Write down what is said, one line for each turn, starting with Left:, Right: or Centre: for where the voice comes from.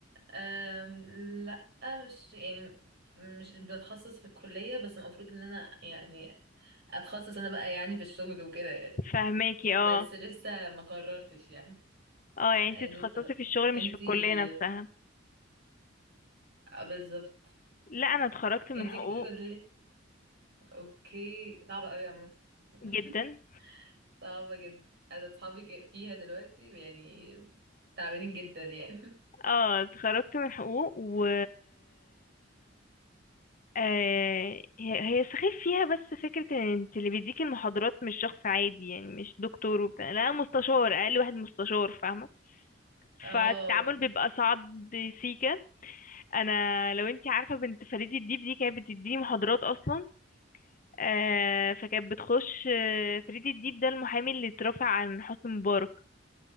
Right: أم لا مش يعني مش بتخصص في الكلية بس المفروض ان انا يعني اتخصص انا بقى يعني في الشغل وكده يعني
Left: فهماكي
Right: بس
Left: اه
Right: لسه ما قررتش يعني
Left: اه يعني انتي
Right: لسه
Left: بتتخصصي في الشغل
Right: انتي
Left: مش في الكلية نفسها
Right: آه، بالظبط
Left: لا انا اتخرجت من
Right: انتي
Left: حقوق
Right: كل اوكي صعبة قوي عامة <laughs>
Left: جدا
Right: صعبة جدا انا اصحابي ك- فيها دلوقتي يعني تعبانين جدا يعني <laughs>
Left: اه اتخرجت من حقوق و آه هي هي سخيف فيها بس فكرة ان انت اللي بيديكي المحاضرات مش شخص عادي يعني مش دكتور وبتاع لا مستشار اقل واحد مستشار فاهمة
Right: اه
Left: فالتعامل بيبقى صعب سيكا انا لو انت عارفة بنت فريد الديب دي كانت بتديني محاضرات اصلا آه فكانت بتخش آه، فريد الديب ده المحامي اللي اترفع عن حسني مبارك